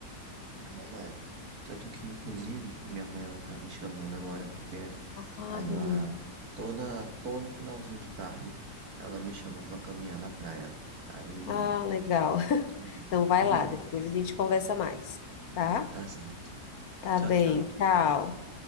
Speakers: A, on the right; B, on the left.
A: É verdade. Tanto que, inclusive, minha mãe, ela tá me chamando agora, porque
B: Ah,
A: aí
B: beleza.
A: lá, toda, todo finalzinho de tarde, ela me chama pra caminhar na praia. Aí
B: Ah, legal. <laughs>
A: Tô indo.
B: Então vai
A: <laughs>
B: lá, depois a gente conversa mais, tá?
A: Tá certo.
B: Tá
A: Tchau,
B: bem,
A: tchau.
B: tchau.